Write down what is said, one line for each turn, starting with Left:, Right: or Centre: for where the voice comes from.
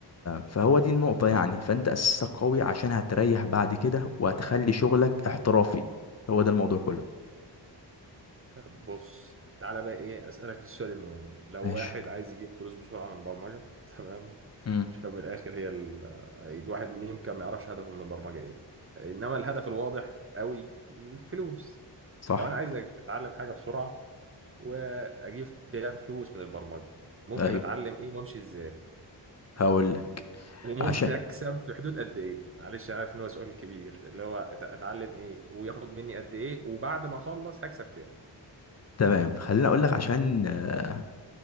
Left: فهو دي النقطة يعني فأنت أساسك قوي عشان هتريح بعد كده وهتخلي شغلك احترافي هو ده الموضوع كله
Right: طب بص تعالى بقى ايه اسالك السؤال المهم لو
Left: ماشي
Right: واحد عايز يجيب فلوس بسرعه من البرمجه <laughs> تمام
Left: امم
Right: عشان من الاخر هي ال... الواحد يمكن ما يعرفش هدفه من البرمجه ايه انما الهدف الواضح قوي الفلوس
Left: صح
Right: لو انا عايز اتعلم حاجه بسرعه واجيب بيها فلوس من البرمجه ممكن
Left: أيوه
Right: اتعلم ايه وامشي ازاي
Left: هقول لك
Right: وممكن
Left: عشان
Right: اكسب في حدود قد ايه معلش انا عارف ان هو سؤال كبير اللي هو أت- اتعلم ايه وياخد مني قد ايه وبعد ما اخلص هكسب كام
Left: تمام خليني أقول لك عشان آه،